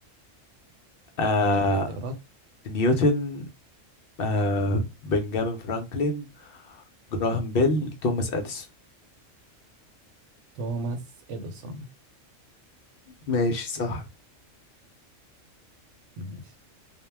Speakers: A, on the left (about 60°); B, on the right (about 65°).
A: آه...
B: قول لي الاختيارات
A: نيوتن آه... بنجامين فرانكلين جراهام بيل توماس اديسون
B: توماس إديسون
A: ماشي صح
B: ماشي